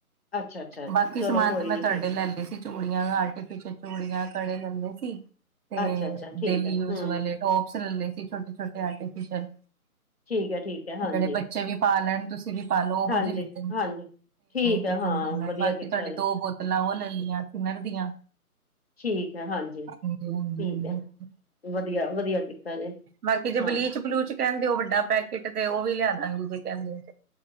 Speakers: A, on the left; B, on the right.
A: ਅੱਛਾ ਅੱਛਾ
B: ਬਾਕੀ
A: ਚਲੋ
B: ਸਮਾਨ
A: ਕੋਈ
B: ਤੇ ਮੈਂ
A: ਨੀ
B: ਤੁਹਾਡੇ
A: ਠੀਕ
B: ਲੈਂਦੀ
A: ਹੈ
B: ਸੀ ਚੂੜੀਆਂ ਆਰਟੀਫਿਸ਼ਅਲ ਚੂੜੀਆਂ ਕੜੇ ਲੈਂਦੇ ਸੀ ਤੇ
A: ਅੱਛਾ ਅੱਛਾ ਠੀਕ
B: ਡੇਲੀ
A: ਹੈ
B: ਯੂਜ
A: ਹੂੰ
B: ਵਾਲੇ ਟੋਪਸ ਲੈਂ ਲਯੇ ਸੀ ਛੋਟ ਛੋਟੇ ਆਰਟੀਫੀਸ਼ਲ
A: ਠੀਕ ਹੈ ਠੀਕ ਹੈ ਹਾਂਜੀ
B: ਜਿਹੜੇ ਬੱਚੇ ਵੀ ਪਾਲਣ ਪਾ ਲੋ ਉਹੋ
A: ਹਾਂਜੀ
B: ਜਿਹੇ ਲਦੇ ਤੇ
A: ਹਾਂਜੀ ਠੀਕ ਹੈ
B: ਕੀ ਕਹਿੰਦੇ
A: ਹਾਂ
B: ਹਨ
A: ਵਧੀਆ
B: ਬਾਕੀ
A: ਕੀਤਾ
B: ਤੁਹਾਡੇ
A: ਜੇ
B: ਦੋ ਬੋਤਲਾਂ ਉਹ ਲੈਦੇ ਨਰ ਦੀਆਂ
A: ਠੀਕ ਹੈ ਹਾਂਜੀ
B: <unintelligible>
A: ਠੀਕ ਹੈ ਵਧੀਆ ਵਧੀਆ ਕੀਤਾ ਜੇ
B: ਬਾਕੀ ਜੇ
A: ਹਾਂ
B: ਬਲੀਚ ਬਲੂਚ ਕਹਿੰਦੇ ਹੋ ਵੱਡਾ ਪੈਕੇਟ ਤੇ ਉਹ ਵੀ ਲਿਆਦਾ <unintelligible>